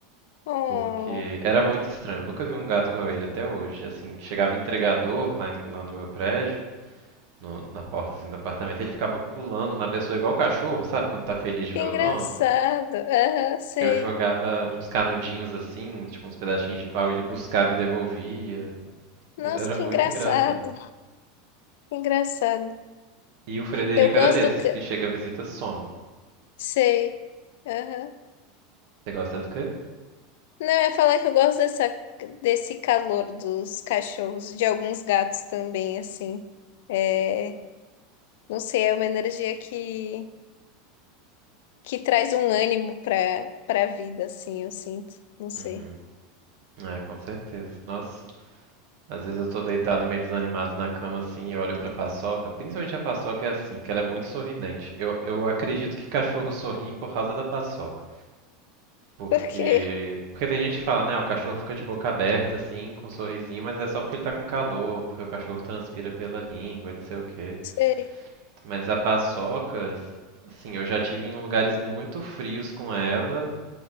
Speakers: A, on the left; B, on the right.
A: Oh,
B: Porque era muito estranho, eu nunca vi um gato igual ele até hoje. Assim, chegava entregador lá, em- lá no meu prédio, no- na porta assim, do apartamento, ele ficava pulando na pessoa igual o cachorro, sabe? Quando tá feliz de
A: que
B: ver
A: engraçado.
B: o dono.
A: Aham, sei.
B: Eu jogava uns canudinhos assim, tipo uns pedacinhos de pau, ele buscava e devolvia.
A: Nossa,
B: Ele era
A: que
B: muito
A: engraçado.
B: engraçado.
A: Que engraçado.
B: E o Frederico
A: Eu gosto
B: era desses,
A: do... ca-
B: que chega, visita, some.
A: Sei. Aham.
B: Você gosta do quê?
A: Não, eu ia falar que eu gosto dessa, desse calor dos cachorros, de alguns gatos também, assim. É... Não sei, é uma energia que... que traz um ânimo para para a vida, assim, eu sinto. Não sei.
B: Uhum. É, com certeza. Nossa, às vezes eu tô deitado meio desanimado na cama assim e olho pra paçoca. Principalmente a paçoca é assim, que ela é muito sorridente. Eu, eu acredito que cachorro sorri por causa da paçoca. Porque.
A: Por quê?
B: Porque tem gente que fala, né? O cachorro fica de boca aberta, assim, com um sorrisinho, mas é só porque ele tá com calor, porque o cachorro transpira pela língua e não sei o quê.
A: <laughs> Sei.
B: Mas a paçoca, assim, eu já tive em lugares muito frios com ela